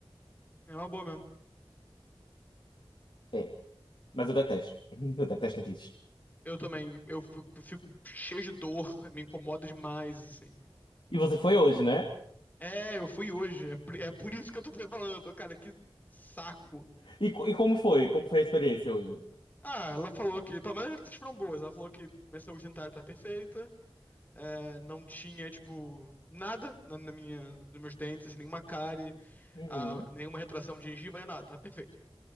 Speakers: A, on the left; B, on the left.
A: É uma boa mesmo.
B: É, mas eu detesto. <laughs> Eu detesto dentista.
A: Eu também. Eu f- fico cheio de dor, me incomoda demais, assim.
B: E você foi hoje, né?
A: É, eu fui hoje. É por, é por isso que eu tô te falando, cara, que saco.
B: E, co- e como foi? Como foi a experiência hoje?
A: Ah, ela falou que, pelo menos as notícias foram boas. Ela falou que minha saúde dentária tá perfeita. é, não tinha, tipo, nada na, na minha, nos meus dentes, assim, nenhuma cárie,
B: Uhum.
A: ah, nenhuma retração de gengiva, é nada, tá perfeito.